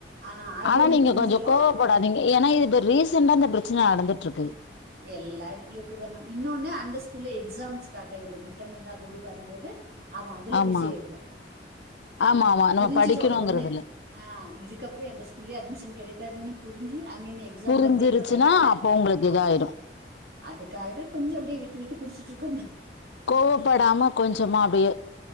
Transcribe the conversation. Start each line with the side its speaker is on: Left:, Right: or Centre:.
Right: ஆ அது
Left: ஆனா
Right: ஒண்ணு
Left: நீங்க
Right: புரிஞ்சிரும்.
Left: கொஞ்ச கோ போடாதீங்க ஏன்னா இது இப்ப ரீசெண்டா இந்த பிரச்சனை நடந்துட்டு இருக்கு
Right: எல்லா எடத்துலு இருக்குதமா இன்னொன்னு அந்த ஸ்கூல்ல எக்ஸாம் ஸ்டார்ட் ஆய்ரு மிட்டமெல்லா அது இது வரும் போது அவ அதுல
Left: ஆமா
Right: பிசி ஆயடுவா
Left: ஆமா ஆமா நம்ம
Right: புரிஞ்சிருவா
Left: படிக்கணுங்கிறதுல
Right: ஒண்ணே ஆ இதுக்கப்புறோ எந்த ஸ்கூல்லையு அட்மிஷ கிடைக்காதுன்னு புரிஞ்சு அங்க நீ எக்ஸாம்
Left: புரிஞ்சிருச்சுன்னா
Right: வர்தேன்ற பைத்தல
Left: அப்போ உங்களுக்கு
Right: ஆ
Left: இதாயிடு
Right: அதுக்காக தா கொஞ்சோ அப்டியே விட்டு விட்டு புடிச்சிட்டு இருக்கோ
Left: கோவப்படாம கொஞ்சமா அப்டியே